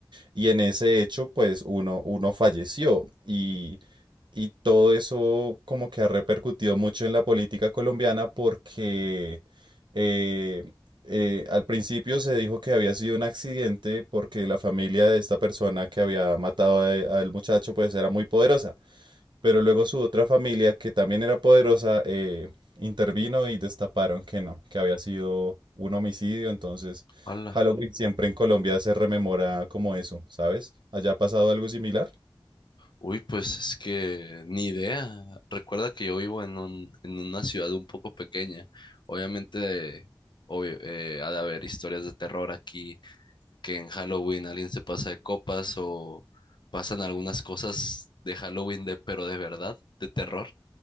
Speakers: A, on the right (about 60°); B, on the left (about 60°).
A: y en ese hecho, pues uno, uno falleció y, y todo eso como que ha repercutido mucho en la política colombiana porque... eh, eh, al principio se dijo que había sido un accidente porque la familia de esta persona que había matado a- al muchacho pues era muy poderosa, pero luego su otra familia que también era poderosa eh, intervino y destaparon que no, que había sido un homicidio, entonces
B: Hola.
A: Halloween siempre en Colombia se rememora como eso, ¿sabes? ¿Allá ha pasado algo similar?
B: Uy, pues es que ni idea. Recuerda que yo vivo en un, en una ciudad un poco pequeña. Obviamente, obvio, eh, ha de haber historias de terror aquí, que en Halloween alguien se pasa de copas o pasan algunas cosas de Halloween de, pero de verdad, de terror.